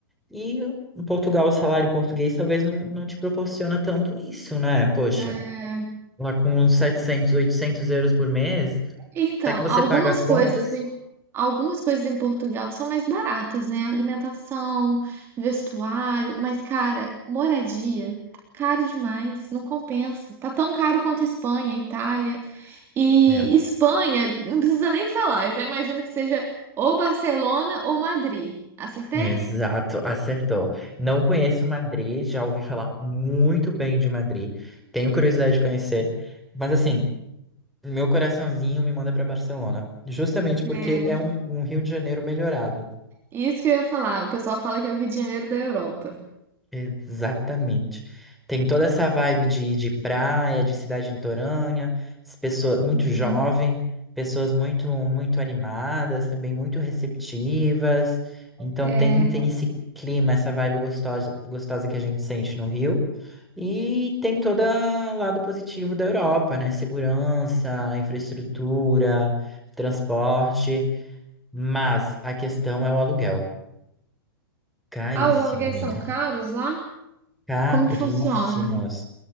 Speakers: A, in the centre; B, on the right.
A: E em Portugal, o salário português talvez não, não te proporciona tanto isso, né? Poxa,
B: É,
A: lá com uns 700, 800 euros por mês,
B: então,
A: até que você
B: algumas
A: paga as contas.
B: coisas, em- algumas coisas em Portugal são mais baratas, né? Alimentação, vestuário, mas, cara, moradia tá caro demais, não compensa. Tá tão caro quanto Espanha, Itália. E
A: É.
B: Espanha, não precisa nem falar, eu já imagino que seja ou Barcelona ou Madrid. Acertei?
A: Exato, acertou. Não conheço Madrid, já ouvi falar muito bem de Madrid, tenho curiosidade de conhecer, mas assim, Meu coraçãozinho me manda para Barcelona, justamente porque
B: É.
A: é um, um Rio de Janeiro melhorado.
B: Isso que eu ia falar. O pessoal fala que é o Rio de Janeiro da Europa.
A: Exatamente. Tem toda essa vibe de, de praia, de cidade litorânea, as pessoas muito
B: Uhum.
A: jovem, pessoas muito muito animadas, também muito receptivas. Então
B: É.
A: tem tem esse clima, essa vibe gostosa gostosa que a gente sente no Rio. E tem todo o lado positivo da Europa, né? Segurança, infraestrutura, transporte. Mas a questão é o aluguel. Caríssimo,
B: Ah, os aluguéis
A: amiga.
B: são caros lá?
A: Caríssimos.
B: Como que funciona?